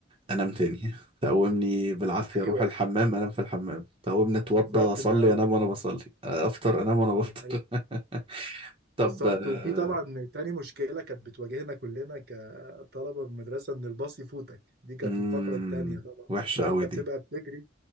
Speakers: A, on the right (about 25°); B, on the right (about 50°).
A: انام تاني تقومني بالعافية اروح
B: ايوه
A: الحمام انام في الحمام تقومني اتوضى
B: بالظبط
A: اصلي
B: ده حقيقي
A: انام وانا بصلي آه، افطر انام وانا بفطر
B: ده حقيقي
A: <laughs> طب
B: بالظبط
A: آه،
B: وفي طبعا تاني مشكله كانت بتواجهنا كلنا كطلبه في المدرسه ان الباص يفوتك دي كانت
A: امم
B: الفقره التانيه طبعا
A: وحشة
B: ان
A: قوي
B: انت
A: دي
B: بتبقى بتجري